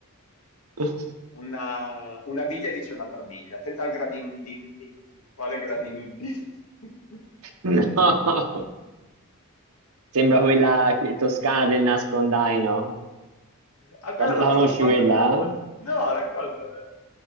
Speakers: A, on the right; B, on the left.
A: Eh.
B: Una, una biglia dice un'altra biglia. Attenta al gradin din din. Quale gradin din? <laughs>
A: No, <laughs> sembra quella che- toscana del nascondaino.
B: Ah, quella
A: La,
B: non la
A: la conosci
B: so, raccontamela.
A: quella?
B: com'è?
A: eh?
B: No, raccontamela.